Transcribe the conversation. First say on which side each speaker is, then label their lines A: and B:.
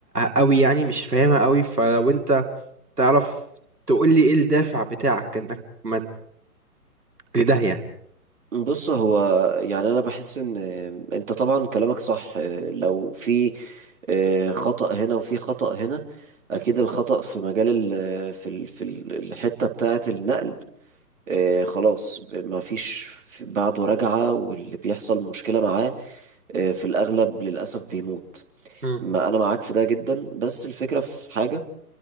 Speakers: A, on the right (about 80°); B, on the right (about 55°).
A: قوي يعني مش فاهمها قوي فلو انت تعرف تقول لي ايه الدافع بتاعك انك ما لده يعني
B: بص هو يعني انا بحس ان انت طبعا كلامك صح لو في آه، خطأ هنا وفي خطأ هنا اكيد الخطأ في مجال ال... في ال... في ال- الحتة بتاعة النقل آه، خلاص ما فيش بعده رجعة واللي بيحصل مشكلة معاه آه، في الأغلب للأسف بيموت
A: مم.
B: ما انا معاك في ده جدا بس الفكره في حاجه